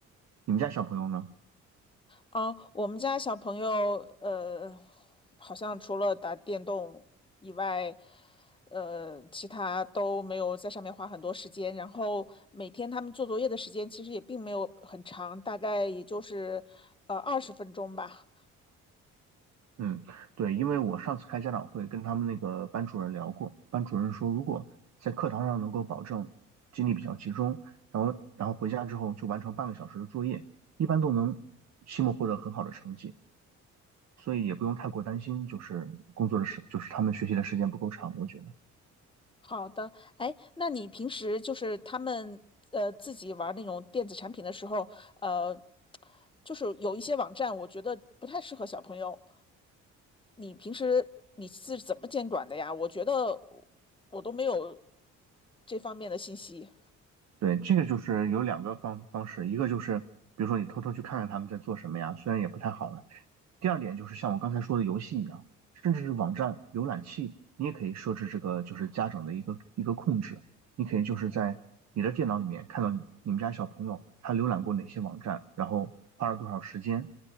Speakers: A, on the right; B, on the left.
A: 你们家小朋友呢？
B: 嗯，我们家小朋友，呃，好像除了打电动以外，呃，其他都没有在上面花很多时间。然后每天他们做作业的时间其实也并没有很长，大概也就是呃二十分钟吧。
A: 嗯，对，因为我上次开家长会跟他们那个班主任聊过，班主任说如果在课堂上能够保证精力比较集中，然后然后回家之后就完成半个小时的作业，一般都能期末获得很好的成绩，所以也不用太过担心，就是工作的时，就是他们学习的时间不够长，我觉得。
B: 好的，哎，那你平时就是他们呃自己玩那种电子产品的时候，呃，就是有一些网站，我觉得不太适合小朋友。你平时你是怎么监管的呀？我觉得我我都没有这方面的信息。
A: 对，这个就是有两个方方式，一个就是比如说你偷偷去看看他们在做什么呀，虽然也不太好了。第二点就是像我刚才说的游戏一样，甚至是网站浏览器，你也可以设置这个就是家长的一个一个控制，你可以就是在你的电脑里面看到你你们家小朋友他浏览过哪些网站，然后花了多少时间，